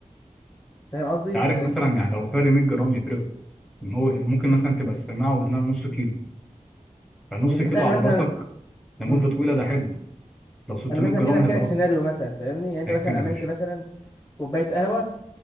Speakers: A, on the left (about 25°); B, in the centre.
A: فاهم قصدي
B: أنت عارف
A: يعني
B: مثلا
A: مش
B: يعني لو فرق 100 جرام يفرقوا إن هو ممكن مثلا تبقى السماعة وزنها نص كيلو فنص
A: انت تتخيل
B: كيلو على
A: مثلا
B: راسك لمدة
A: امم
B: طويلة ده حمل لو 600
A: انا مثلا
B: جرام
A: كده احكي
B: هيبقى
A: لك
B: أكتر
A: سيناريو مثلا فاهمني يعني انت
B: احكي
A: مثلا
B: لي
A: عملت
B: ماشي
A: مثلا كوبايه قهوه